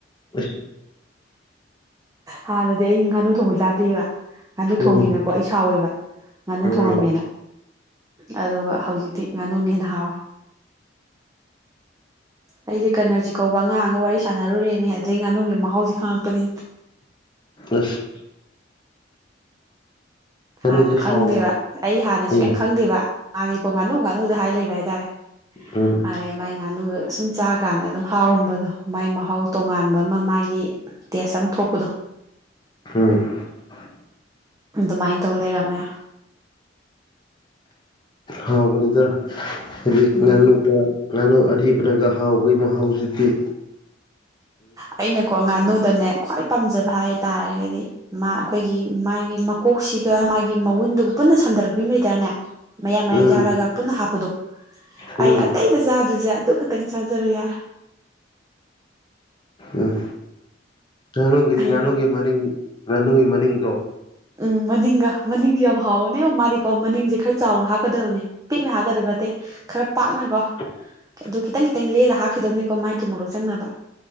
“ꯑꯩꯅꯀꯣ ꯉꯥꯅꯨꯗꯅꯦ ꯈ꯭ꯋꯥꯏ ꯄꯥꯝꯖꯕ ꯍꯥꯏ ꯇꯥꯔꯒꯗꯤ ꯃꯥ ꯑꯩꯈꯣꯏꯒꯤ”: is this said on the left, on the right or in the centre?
Right